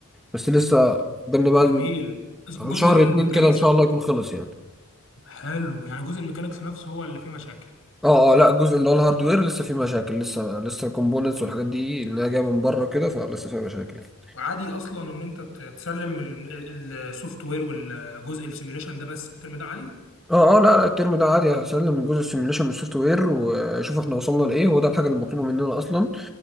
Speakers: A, in the centre; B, on the left (about 65°).
A: بس لسه قدامنا بقى
B: جميل
A: ال-
B: جزء
A: شهر
B: الميكانيكس
A: اتنين كده إن شاء الله يكون خلص يعني
B: حلو يعني جزء الميكانيكس نفسه هو اللي فيه مشاكل
A: اه اه لا الجزء اللي هو الهاردوير لسه فيه مشاكل لسه لسه الكومبوننتس والحاجات دي اللي هي جايه من بره كده فلسه فيها مشاكل يعني.
B: وعادي اصلا ان انت ت- تسلم السوفت وير والجزء السيميوليشن ده بس الترم ده عادي
A: اه اه لا لا، الترم ده عادي هسلم جزء السيميوليشن من السوفت وير واشوف احنا وصلنا لايه هو ده الحاجه المطلوبه مننا اصلا